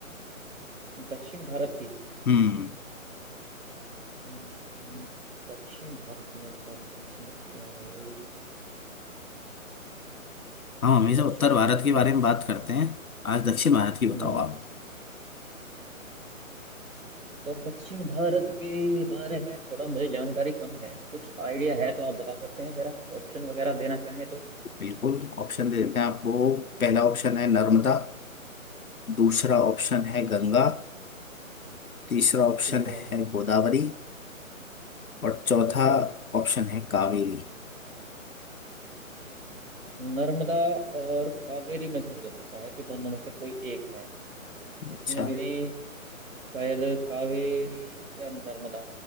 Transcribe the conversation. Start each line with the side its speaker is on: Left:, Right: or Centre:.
Right: दक्षिण भारत की
Left: हम्म
Right: हम्म, दक्षिण भारत में कौन कौन सी नदियां हैं भाई
Left: हम हमेशा
Right: दक्षिण
Left: उत्तर भारत
Right: भारत
Left: के
Right: में
Left: बारे में बात करते हैं आज दक्षिण भारत की बताओ
Right: हम्म हम्म।
Left: आप
Right: सर दक्षिण भारत के बारे में थोड़ा मुझे जानकारी कम है कुछ आइडिया है तो आप बता सकते हैं जरा ऑप्शन वगैरह देना चाहें तो
Left: बिल्कुल ऑप्शन दे देते हैं आपको पहला ऑप्शन है नर्मदा दूसरा ऑप्शन है
Right: अच्छा
Left: गंगा तीसरा ऑप्शन
Right: ठीक है
Left: है गोदावरी और चौथा
Right: ठीक है
Left: ऑप्शन है कावेरी
Right: नर्मदा और कावेरी में से मुझे लगता है कि दोनों में से कोई एक है
Left: अच्छा
Right: इसमें भी शायद कावेरी या नर्मदा